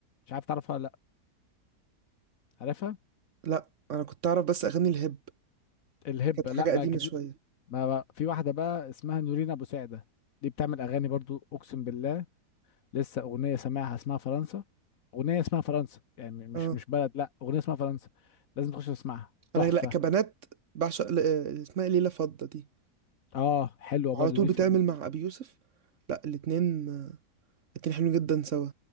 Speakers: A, on the left (about 60°); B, on the right (about 55°).
A: مش عارف تعرفها ولا لا عارفها
B: لا انا كنت اعرف بس اغاني الهيب
A: الهيب
B: كانت
A: لا
B: حاجة
A: بقى
B: قديمة
A: جديد
B: شوية
A: ما بقى في واحده بقى اسمها نورين ابو سعده دي بتعمل اغاني برضو اقسم بالله لسه اغنيه سامعها اسمها فرنسا اغنيه اسمها فرنسا يعني مش
B: اه
A: مش بلد لا اغنيه اسمها فرنسا لازم تخش تسمعها تحفه
B: انا لا كبنات بعشق ل- آه، اسمها إيه؟ ليلى فضة دي
A: اه حلوه
B: وعلى
A: برضو
B: طول
A: دي
B: بتعمل
A: في ال-
B: مع ابي يوسف لا الاتنين آه، الاتنين حلوين جدا سوا